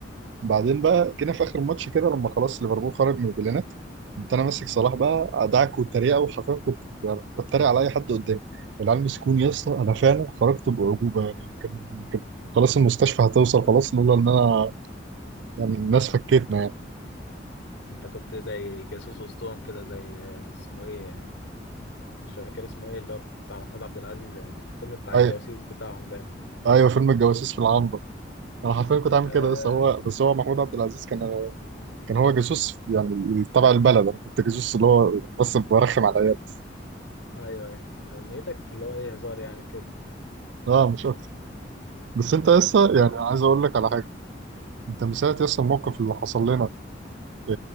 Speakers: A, on the right (about 65°); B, on the left (about 80°).
A: بعدين بقى جينا في اخر الماتش كده لما خلاص ليفربول خرج من البلانات كنت انا ماسك صلاح بقى ادعك والتريقه وحرفيا كنت يعني بتريق على اي حد قدامي العيال مسكوني يا اسطى انا فعلا خرجت باعجوبه يعني كان كان خلاص المستشفى هتوصل
B: آه.
A: خلاص لولا
B: انت
A: ان
B: انت
A: انا يعني الناس فكتنا يعني
B: انت كنت زي جاسوس وسطهم كده زي آه، اسمه ايه مش فاكر اسمه ايه اللي هو بتاع محمود عبد العزيز الفيلم بتاع
A: ايوه
B: الجواسيس بتاعهم ده يعني.
A: ايوه فيلم الجواسيس في العنبر انا حرفيا كنت عامل
B: آه
A: كده بس هو بس هو محمود عبد العزيز كان كان هو جاسوس يعني تبع البلد انا كنت جاسوس اللي هو يعني بس برخم على العيال بس
B: ايوه ايوه نيتك اللي هو ايه هزار يعني كده
A: اه مش اكتر بس انت لسه
B: انت
A: يعني عايز اقول لك على حاجه انت من ساعه لسه الموقف اللي حصل لنا آه،